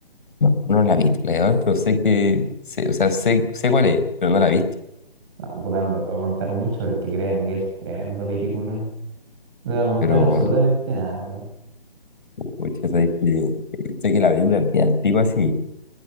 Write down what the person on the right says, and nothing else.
Esta-
No, puta, no te puedo contar mucho porque créeme que es tremendo película. No te voy a contar
absolutamente nada, weón.